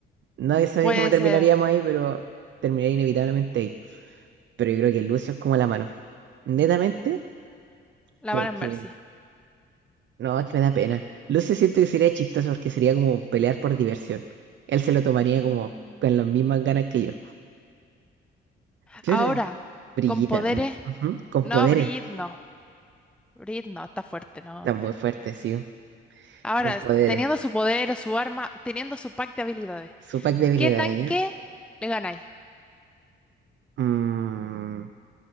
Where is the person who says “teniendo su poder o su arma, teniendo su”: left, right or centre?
Centre